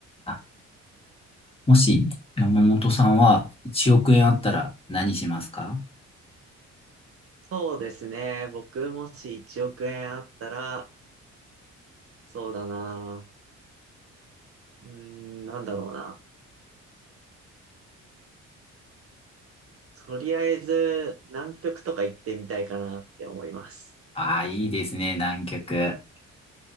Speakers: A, on the left; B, on the right.
A: あもし、山本さんは1億円あったら何しますか
B: そうですね。僕もし1億円あったら、そうだな。うーん、なんだろうな。とりあえず、南極とか行ってみたいかなって思います。
A: ああー、いいですね、南極。